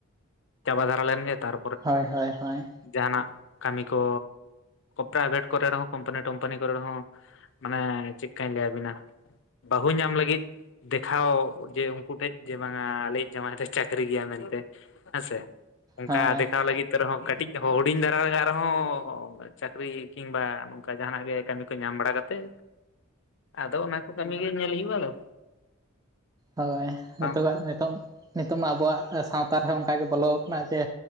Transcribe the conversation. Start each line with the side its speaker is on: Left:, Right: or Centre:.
Left: ᱪᱟᱵᱟ ᱫᱷᱟᱨᱟ ᱞᱮᱱ ᱜᱮ ᱛᱟᱨ
Right: ᱦᱳᱭ ᱦᱳᱭ ᱦᱳᱭ᱾
Left: ᱡᱟᱦᱟᱱᱟᱜ ᱠᱟᱹᱢᱤ ᱠᱚ ᱯᱨᱟᱭᱵᱷᱮᱴ ᱠᱚᱨᱮ ᱨᱮᱦᱚᱸ ᱠᱳᱢᱯᱟᱱᱤ ᱴᱚᱢᱯᱟᱱᱤ ᱠᱚ ᱨᱮᱦᱚᱸ ᱢᱟᱱᱮ ᱪᱮᱫᱠᱟᱧ ᱞᱟᱹᱭᱟᱵᱤᱱᱟ, ᱵᱟᱹᱦᱩ ᱧᱟᱢ ᱞᱟᱹᱜᱤᱫ ᱫᱮᱠᱷᱟᱣ ᱡᱮ ᱩᱱᱠᱩ ᱴᱷᱮᱡ ᱡᱮ ᱵᱟᱝᱟ ᱟᱞᱤᱡ ᱡᱟᱶᱟᱭ ᱫᱚ ᱪᱟᱹᱠᱨᱤ ᱜᱮᱭᱟ ᱢᱮᱱᱛᱮ᱾ ᱦᱮᱸᱥᱮ ᱚᱱᱠᱟ
Right: ᱦᱳᱭ
Left: ᱫᱮᱠᱷᱟᱣ ᱞᱟᱹᱜᱤᱫ ᱛᱮ ᱨᱮᱦᱚᱸ ᱠᱟᱹᱴᱤᱡ ᱦᱩᱰᱤᱧ ᱫᱷᱟᱨᱟ ᱨᱮᱦᱚᱸ ᱪᱟᱹᱠᱨᱤ ᱠᱤᱝᱵᱟ ᱱᱚᱝᱠᱟ ᱡᱟᱦᱱᱟᱜ ᱜᱮ ᱠᱟᱹᱢᱤ ᱠᱚ ᱧᱟᱢ ᱵᱟᱲᱟ ᱠᱟᱛᱮᱜ ᱟᱫᱚ ᱚᱱᱟ ᱠᱚ ᱠᱟᱹᱢᱤ ᱜᱮ ᱧᱮᱞ ᱦᱩᱭᱩᱜ-ᱟ ᱟᱫᱚ᱾
Right: ᱦᱳᱭ
Left: ᱵᱟᱝ
Right: ᱱᱤᱛᱚᱜᱟᱜ ᱱᱤᱛᱚᱜ-ᱱᱤᱛᱚᱜ ᱢᱟ ᱟᱵᱚᱣᱟᱜ ᱥᱟᱶᱛᱟ ᱨᱮᱦᱚᱸ ᱚᱱᱠᱟ ᱜᱮ ᱵᱚᱞᱚᱣ ᱠᱟᱱᱟ ᱡᱮ